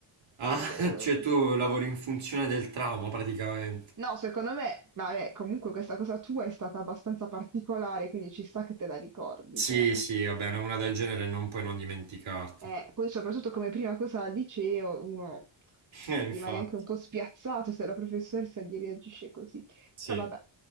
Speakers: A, on the right; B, on the right.
A: Ah,
B: Eh,
A: <laughs> cioè tu lavori in funzione del trauma praticamente.
B: no, secondo me, vabbè, comunque questa cosa tua è stata abbastanza particolare, quindi ci sta che te la ricordi,
A: Sì,
B: cioè.
A: sì, vabbè, no, una del genere non puoi non dimenticartela.
B: Eh, poi
A: <laughs>
B: soprattutto come prima cosa al liceo uno
A: Eh,
B: rimane
A: infatti,
B: anche un po' spiazzato se la professoressa gli reagisce così.
A: sì.
B: Però vabbè,